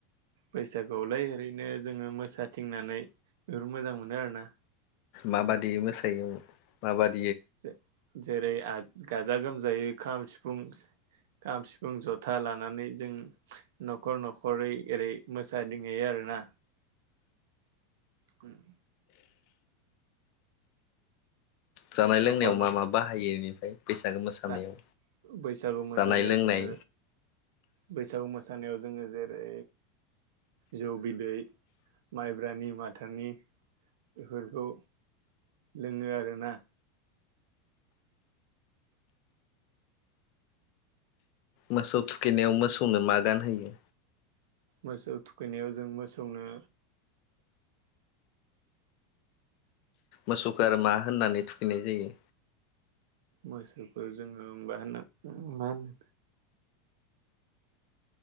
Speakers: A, on the right; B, on the left.
A: बैसागुआवलाय ओरैनो जोङो मोसाथिंनानै बेखौ मोजां मोनो आरोना।
B: माबादि मोसायो माबादि।
A: जे जेरै आ। गाजा गोमजायै खाम सिफुं खाम सिफुं जथा लानानै जों न'खर न'खरै ओरै मोसादंहैयो आरोना। ओम।
B: जानाय
A: न'खर
B: लोंनायाव
A: न'खर
B: मा मा बाहायो। बैसागो मोसानायाव
A: जा बैसागु मोसानायाव
B: जानाय लोंनाय
A: जोङो बैसागु मो सानायाव जोङो जेरै जौ बिदै माइब्रानि माथानि बेफोरखौ लोङो आरोना।
B: मोसौ थुखैनायाव मोसौनो मा गानहोयो?
A: मोसौ थुखैनायाव जों मोसौनो
B: मोसौखौ आरो मा होननानै थुखैनाय जायो
A: मोसौफोर जोङो मा होनना मा होनो